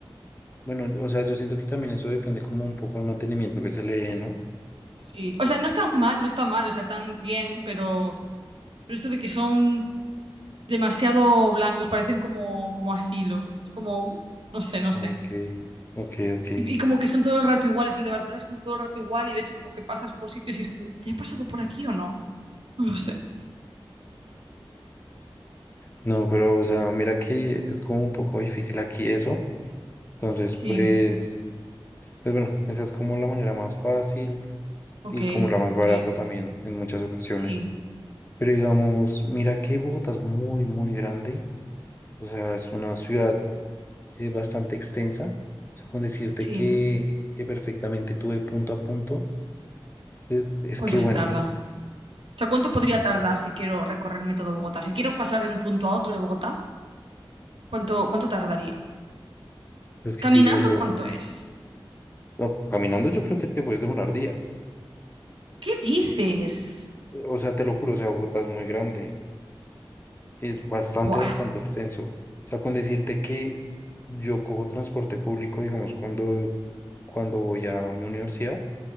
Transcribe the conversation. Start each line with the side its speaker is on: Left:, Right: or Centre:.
Left: Bueno, o sea, yo siento que también eso depende como un poco del mantenimiento que se le dé, ¿no?
Right: Sí, o sea, no están mal, no están mal, o sea, están bien, pero, pero esto de que son demasiado blancos, parecen como, como asilos. Es como, uf, no sé, no
Left: Ok,
Right: sé.
Left: ok, ok.
Right: Y, y como que son todo el rato iguales, el de Barcelona es como todo el rato igual y de hecho como que pasas por sitios y es como, ¿ya he pasado por aquí o no? No lo sé.
Left: No, pero, o sea, mira que es como un poco difícil aquí eso. Entonces,
Right: Sí,
Left: pues, pues bueno, esa es como la manera más fácil
Right: ok,
Left: y como la más
Right: ok,
Left: barata también en muchas ocasiones.
Right: sí,
Left: Pero digamos, mira que Bogotá es muy, muy grande. O sea, es una ciudad eh, bastante extensa. O sea, con decirte
Right: sí.
Left: que, que perfectamente tuve punto a punto. Eh, Es
Right: ¿Cuánto
Left: que
Right: se
Left: bueno,
Right: tarda? O sea, ¿cuánto podría tardar si quiero recorrerme todo Bogotá? Si quiero pasar de un punto a otro de Bogotá, ¿cuánto, cuánto tardaría?
Left: pues que
Right: ¿Caminando
Left: te digo yo,
Right: cuánto es?
Left: no, caminando yo creo que te puedes demorar días.
Right: ¿Qué dices?
Left: Eh, O sea, te lo juro, o sea, Bogotá es muy grande. Es bastante,
Right: Buah,
Left: bastante extenso. O sea, con decirte que yo cojo transporte público, digamos, cuando, cuando voy a mi universidad